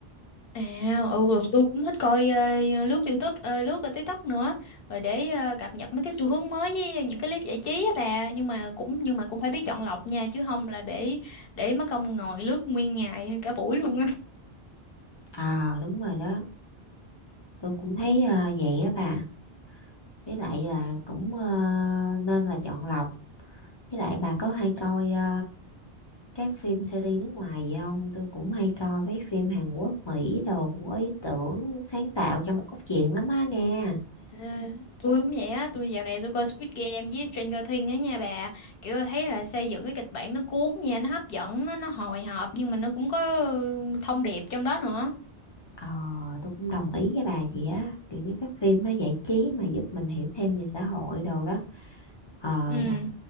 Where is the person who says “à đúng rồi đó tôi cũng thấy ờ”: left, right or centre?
Left